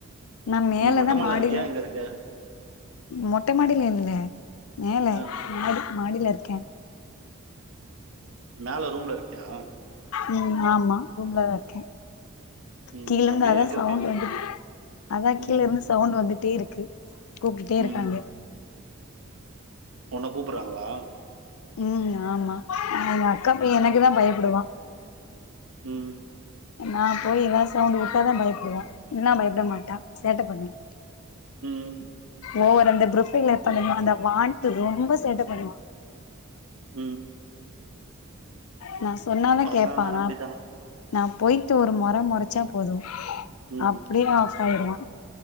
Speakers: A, on the left; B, on the right.
A: நா மேலதா
B: நீ மொட்ட
A: மாடில
B: இருக்கியா? எங்க இருக்க?
A: மொட்டை மாடில நின்ன மேலே
B: ஆ
A: மாட் மாடியில இருக்கே
B: மேல ரூம்ல இருக் கியா
A: ம் ஆமா ரூம்ல தா இருக்கே
B: ம்.
A: கீழருந்து
B: அப்டியே
A: அதா
B: எக்கோ
A: சவுண்ட்
B: கேக்குது.
A: வந்து அதா
B: ம்.
A: கீழ இருந்து சவுண்ட் வந்துட்டேருக்கு க்கு கூப்டுட்டே
B: ம்.
A: இருக்காங்க
B: உண்ண கூப்புறாங்களா
A: உம் ஆமா எங்க அக்காப் பைய எனக்கு தா பயப்படுவா
B: உம்
A: நா போய் எதாவது சவுண்ட் விட்டாதா பயப்படுவா இல்லனா பயப்பட மாட்டா சேட்ட பண்ணுவா
B: ம்.
A: ஓவர் அந்த ப்ரவைல்ல பண்ணும்ல அந்த வான்ட்டு ரொம்ப சேட்ட பண்ணு
B: உம்
A: நா சொ சொன்னாதா
B: பசங்கன்னா
A: கேப்பானா
B: அப்டித்தானா?
A: நா போய்ட்டு ஒரு மொற மொறச்சா போது
B: ம்.
A: அப்படியா ஆயிடுவா